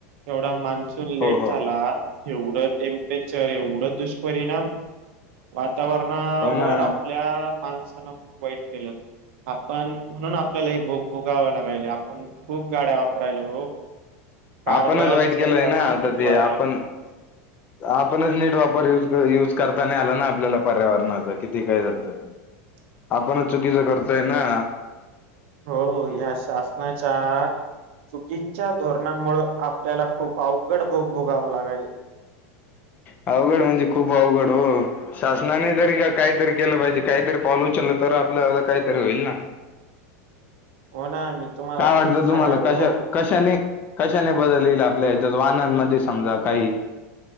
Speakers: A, on the right; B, on the left.
A: एवढा मान्सून लेट
B: हो हो
A: झाला एवढं टेम्परेचर एवढं दुष्परिणाम वातावरणावर
B: हो ना
A: आपल्या माणसान वाईट केलं आपण म्हणून आपल्याला हे भोग भोगाव लागायले खूप गाड्या वापरायल्या हो कार्बनचं
B: आपणच वाईट केलंय
A: प्रमाण
B: ना आता
A: किती
B: ते
A: वाढलं?
B: आपण आपणच नीट वापर युज- युज करतानाही आला ना आपल्याला पर्यावरणाचा किती काय झाल तरी
A: ह <inaudible>
B: आपणच चुकीचं करतोय ना
A: हो-हो या शासनाच्या चुकींच्या धोरणा उन्हानमुळे आपल्याला खूप अवघड भोग भोगावं लागायलय
B: अवघड म्हणजे खूप अवघड हो शासनाने तरी का- काहीतरी केलं पाहिजे काहीतरी पाऊल उचललं तर आपल्याला काहीतरी होईल ना
A: हो ना मी तुम्हाला
B: काय
A: तेच
B: वाटतं
A: सांगायलो
B: तुम्हाला कशा कशाने- कशाने बदल येईल आपल्या याच्यात वाहनांमध्ये समजा काही